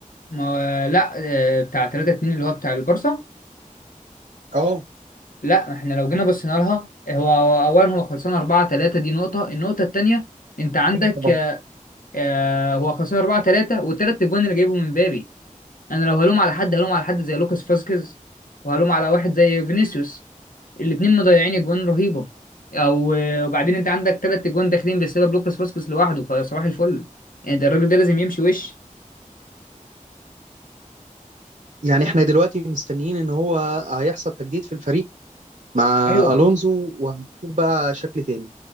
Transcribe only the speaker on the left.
ما هو لا آه، بتاع 3 2 اللي هو بتاع البارسا
لا احنا لو جينا بصينا لها هو هو اولا هو خلصان 4 3 دي نقطة النقطة التانية انت عندك
آه، هو خلصان 4 3 والتلات اجوان اللي جايبهم من بابي انا لو هلوم على حد هلوم على حد زي لوكاس فاسكيز وهلوم على واحد زي فينيسيوس الاتنين مضيعين اجوان رهيبة او آه، وبعدين انت عندك تلات اجوان داخلين بسبب لوكاس فاسكيز لوحده فصباح الفل يعني ده الراجل ده لازم يمشي وش
ايوه